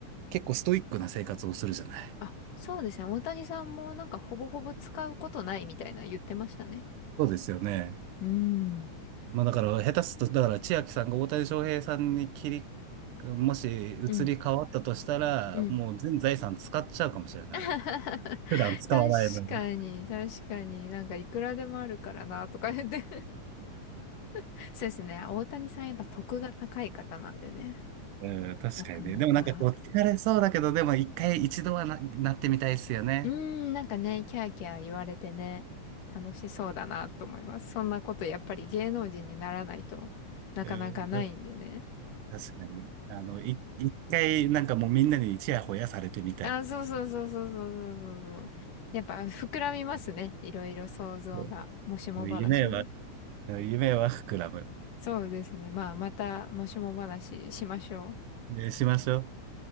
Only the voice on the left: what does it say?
あ、そうですね。大谷さんもなんかほぼほぼ使うことないみたいな言ってましたね。
うん。
うん。うん。
<laughs> 確
かに、確かに。なんかいくらでもあるからな、とか言って。<laughs> そうですね。大谷さんやっぱ得が高い方なんでね。
なかなか。
うーん、なんかね、キャーキャー言われてね、楽しそうだなと思います。そんなことやっぱり芸能人にならないとなかなかないんでね。
あ、そうそうそうそうそうそうそうそう。やっぱ膨らみますね。いろいろ想像が。
もしも話は。
そうですね。まあ、またもしも話しましょう。